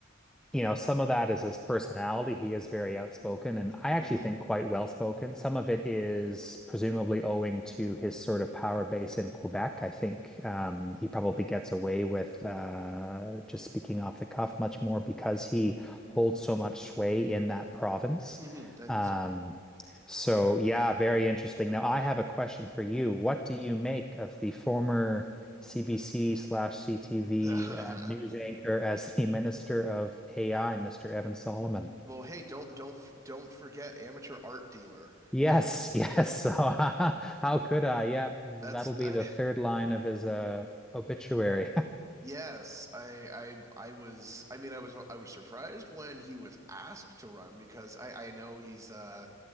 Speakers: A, in the centre; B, on the right (about 15°).
A: you know, some of that is his personality. He is very outspoken, and I actually
B: hmm
A: think quite well spoken. Some of it is presumably owing to his sort of power base in Quebec. I think um, he probably gets away with uh, just speaking off the cuff much more because he holds so much sway in that province.
B: hmm I think
A: Um,
B: so.
A: so, yeah, very interesting. Now, I have a question for you. What do you make of the former CBC slash CTV
B: <laughs>
A: uh, news anchor as the <laughs> Minister of AI, Mr. Evan Solomon.
B: Well, hey, don't don't f- don't forget amateur art dealer.
A: Yes, yes. So <laughs> how could I? Yeah, that'll
B: That's
A: be
B: I
A: the third line of his uh, obituary
B: Yes, I, I, I was. I mean, I was. I was surprised when he was asked to run because I, I know he's, uh,